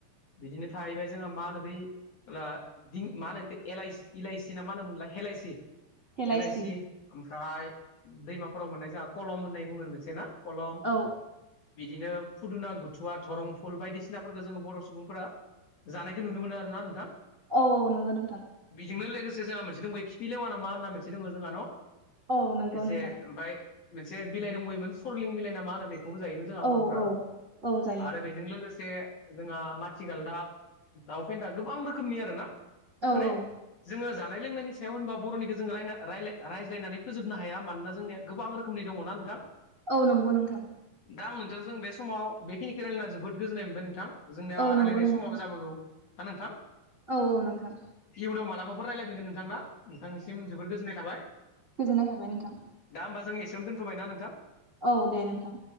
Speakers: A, on the left; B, on the right.
A: बिदिनो थाहैबाय जोंहा मा होनो बै ब्ला दिं मा होनो एलायसि एलायसि ना मा होनोम मोनला एलइसि
B: हेलायसि
A: हलाइसि ओमफ्राय दैमाफोराव मोननाय जोंहा कलम होननाय बुङो मोनसे ना फलं
B: औ
A: बिदिनो फुदुना बुथुवा दरंफुल बायदिसिनाफोरखौ जोङो बर' सुबुंफोरा जानायखौ नुनो मोनो आरोना नोंथां।
B: औ औ नंगो नोंथां।
A: बिजोंनो लोगोसे जोंहा मोनसे दं बे खिफि लेवाना मा होनना मोनसे दङ जोंहा न'
B: औ नंगौ
A: एसे
B: नोंथां
A: ओमफफ्राय मोनसे बिलाइ दंबोयोमोन सरलिं बिलाइना मा होनो बेखौबो जायोमोन। जोंहा
B: औ
A: बर'फ्रा
B: औ औ जायो
A: आरो बेजों लोगोसे से जोंहा माथिगालदाब दाउ फेन्दा गोबां रोखोमनि आरोना
B: औ
A: माने
B: औ
A: जोङो जानाय लोंनायनि सायाव होनबा बर'निखौ जोङो राय रायला नायनानै फोजोबनो हाया मानोना जोंनिया गोबां रोखोमनि दङ ना नोंथां
B: औ नंगौ नोंथां
A: दा आं नोंथांजों बे समाव बेखिनिखौ रायलायना जोबोद गोजोननाय मोनबाय नोंथां जोंनाया
B: औ नंगौ
A: राय्लायनाय
B: नोंथां
A: समाबो जाबोगौ ना नोंथां
B: औ औ नोंथां
A: इयुनाव मालाबाफोर रायज्लायफिगोन नोंथां ना नोंथांनिसिम जोबोद गोजोननाय थाबाय
B: गोजोन्नाय थाबाय नोंथां
A: दा होमबा जों एसेयावनो दोनथ'बाय ना नोंथां
B: औ दे नोंथां